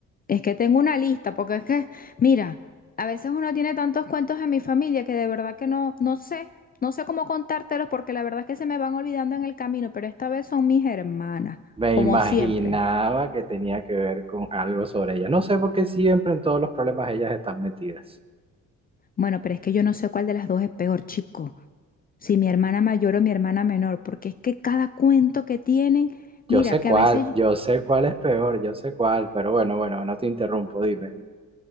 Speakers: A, on the left; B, on the right.
A: es que tengo una lista, porque es que, mira, a veces uno tiene tantos cuentos en mi familia que de verdad que no, no sé, no sé cómo contártelos porque la verdad es que se me van olvidando en el camino, pero esta vez son mis hermanas,
B: Me
A: como
B: imaginaba
A: siempre.
B: que tenía que ver con algo sobre ella. No sé por qué siempre en todos los problemas ellas están metidas.
A: Bueno, pero es que yo no sé cuál de las dos es peor, chico si mi hermana mayor o mi hermana menor, porque es que cada cuento que tienen,
B: Yo
A: mira,
B: sé
A: que
B: cuál,
A: a veces
B: yo sé cuál es peor, yo sé cuál, pero bueno, bueno, no te interrumpo, dime.